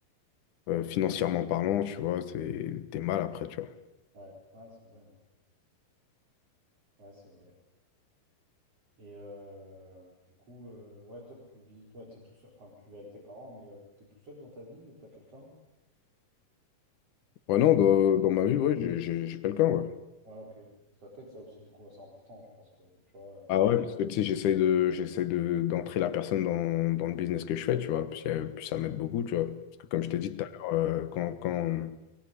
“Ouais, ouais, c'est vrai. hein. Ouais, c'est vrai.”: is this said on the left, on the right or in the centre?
Right